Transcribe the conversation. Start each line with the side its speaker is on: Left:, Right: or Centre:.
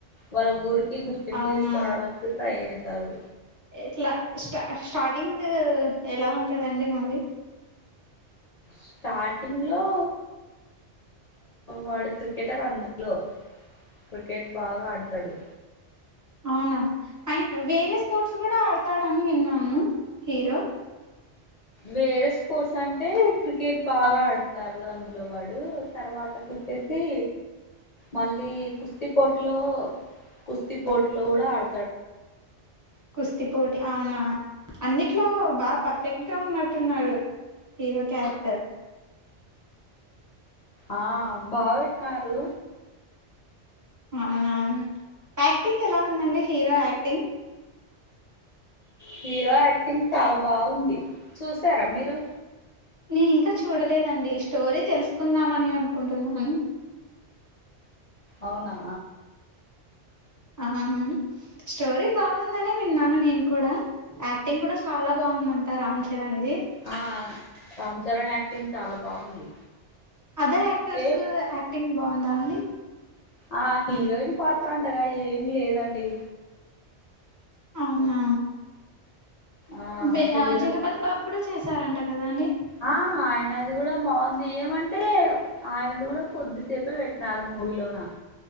Left: వాళ్ళ ఊరు గుర్తింపు
Right: అవునా
Left: తీసుకురావడానికి ట్రై చేశారు
Right: ఇట్లా స్టా స్టార్టింగ్ ఎలా ఉంటాదండి మూవీ
Left: స్టార్టింగ్ లో వాడు క్రికెటర్ అందులో క్రికెట్ బాగా ఆడతాడు
Right: అవునా అయి వేరే స్పోర్ట్స్ కూడా ఆడతాడని విన్నాను హీరో
Left: వేరే స్పోర్ట్స్ అంటే క్రికెట్ బాగా ఆడతారు అందులో వాడ్ తర్వాత కుచ్చేసి మళ్ళీ కుస్తీ పోటీలో కుస్తీ పోటీల్లో కూడ అడ
Right: కుస్తీ పోటీ అవునా అన్నిట్లో బాగా పర్ఫెక్ట్ గా ఉన్నట్టున్నాడు హీరో క్యారెక్టర్
Left: ఆ బాగపెట్టినారు
Right: అవునా యాక్టింగ్ ఎలా ఉందండి హీరో యాక్టింగ్
Left: హీరో యాక్టింగ్ చాలా బాగుంది చూసారా మీరు
Right: నేను ఇంకా చూడలేదండి స్టోరీ తెలుసుకుందామని అనుకుంటున్నాను
Left: అవునా
Right: ఆహహ స్టోరీ బాగుందని విన్నాను నేను కూడ యాక్టింగ్ కూడా చాలా బాగ బాగుందంట రామ్ చరణ్ ది
Left: ఆ రామ్ చరణ్ యాక్టింగ్ చాలా బాగుంది
Right: అదర్ యాక్టర్స్
Left: ఓకే
Right: యాక్టింగ్ బాగుందా అండి
Left: ఆ హీరోయిన్ పాత్ర అంతగా ఏం లేదండి
Right: అవునా
Left: ఆ
Right: దే
Left: హీరో
Right: జగపతి బాబు కూడా చూసారంట కదా అండి
Left: ఆ ఆయనది కూడా బాగుంది ఏమంటే ఆయనది కూడా కొద్దిసేపే పెట్టినారు మూవీలోన